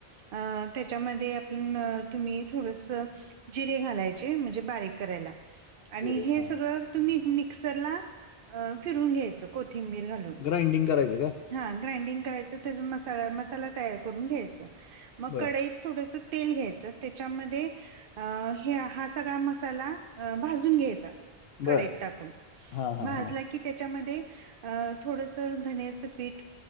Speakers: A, on the right (about 65°); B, on the left (about 70°).
A: अ त्याच्यामध्ये आपण तुम्ही थोडस जिरे घालायचे म्हणजे बारीक करायला. आणि
B: जिरे.
A: हे
B: हां.
A: सगळं तुम्ही मिक्सरला फिरून घ्यायचं कोथिंबीर घालून.
B: ग्राइंडिंग करायचं का?
A: हा ग्राइंडिंग करायचं त्याचा मसा मसाला तयार करून घ्यायच मग
B: बरं.
A: कढाईत थोडस तेल घ्यायचं त्याच्यामध्ये अ ह हा सगळा मसाला भाजून घ्यायचा. कढईत
B: बरं.
A: टाकून
B: हां, हां,
A: भाजला
B: हां.
A: की त्याच्यामध्ये थोडस धनेच पीठ